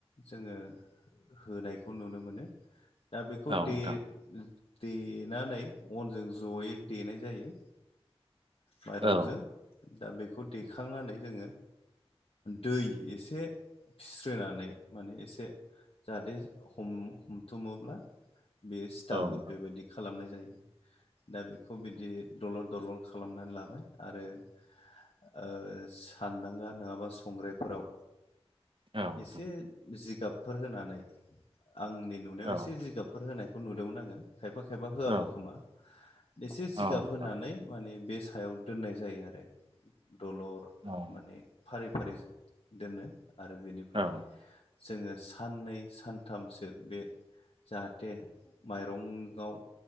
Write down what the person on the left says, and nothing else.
जोङो होनायखौ नुनो मोनो दा बेखौ
दे
देनानै अनजों जयै देनाय जायो। माइरंजों
दा बेखौ देखांनानै जोङो दै एसे फिस्र्रिनानै माने एसे जाहाथे हम हमथुमोब्ला बेयो सि्टाबबो
बेबायदि खालामनाय जायो दा बेखौ बिदि दलर दलर खालामनानै लाबाय आरो ओ सो सानदांगा नङाबा संग्रायफोराव
एसे जि जिगाबफोर होनानै आंनि नुनायाव
एसे जिगाबफोर होनायखौ नुदोंमोन आङो खायफा खायफा होआबो
खोमा एसे जिगाब
होनानै माने बे सायाव दोननाय जायो आरो दलर
माने फारि फारि दोनो आरो बेनिफ्राय
जोङो साननै सानथामसो बे जाहाथे माइरंआव